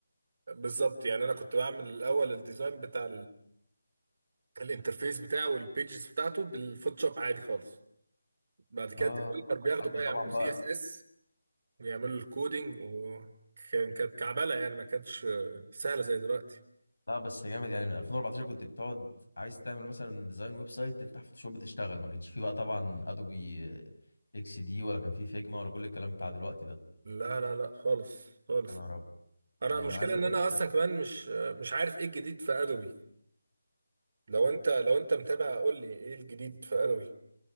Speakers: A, on the right; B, on the left.
A: انا بالظبط يعني انا كنت بعمل الاول الديزاين بتاع الانترفيس بتاعه والبيجز بتاعته بالفوتوشوب عادي خالص بعد كده
B: اه
A: الديفلوبر بياخدوا
B: قبل
A: بقى يعملوا
B: طبعا بقى
A: سي اس اس ويعملوا الكودينج وكان كانت كعبله يعني ما كانتش آه، سهله زي دلوقتي
B: لا بس جامد يعني من 2014 كنت بتقعد عايز تعمل مثلا ديزاين ويب سايت تفتح فوتوشوب تشتغل ما كانش فيه بقى طبعا ادوبي اكس دي ولا كان فيه فيجما ولا كل الكلام بتاع دلوقتي ده
A: لا لا لا خالص خالص
B: يا نهار ابيض
A: انا
B: انا
A: المشكله
B: عايز اقول
A: ان انا
B: لك
A: اصلا كمان مش آه، مش عارف ايه الجديد في ادوبي لو انت لو انت متابع قول لي ايه الجديد في ادوبي